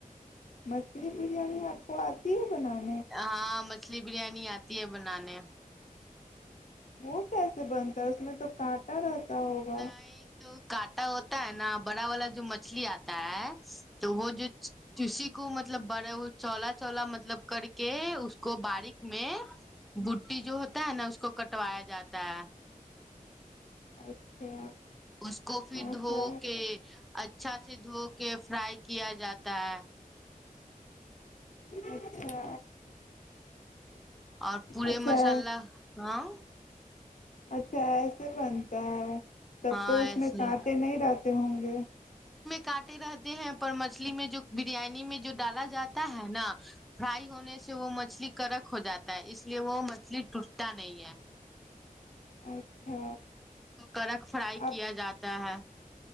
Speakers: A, on the left; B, in the centre.
A: مچھلی بریانی آپ کو آتی ہے بنانانی
B: ہاں مچھلی بریانی آتی ہے بنانے
A: وہ کیسے بنتا ہے اس میں تو کانٹا رہتا ہوگا
B: نہیں تو کانٹا ہوتا ہے نا بڑا والا جو مچھلی آتا ہے تو وہ جو چسی کو مطلب بڑا وہ چولا چولا مطلب کر کے اس کو باریک میں بٹی جو ہوتا ہے نا اس کو کٹوایا جاتا ہے
A: اچھا
B: اس کو پھر
A: ماشاء
B: دھو
A: اللہ،
B: کے اچھا سے دھو کے فرائی کیا جاتا ہے
A: اچھا
B: اور پورے
A: اچھا
B: مسالہ ہاں
A: اچھا ایسے بنتا ہے تب
B: ہاں
A: تو اس
B: ایسے
A: میں کانٹے نہیں رہتے ہوں گے
B: کاٹے رہتے ہیں پر مچھلی میں جو بریانی میں جو ڈالا جاتا ہے نا فرائی ہونے سے وہ مچھلی کرک ہو جاتا ہے اس لیے وہ مچھلی ٹوٹتا نہیں ہے
A: اچھا
B: اس کو کڑک فرائی
A: آپ
B: کیا جاتا ہے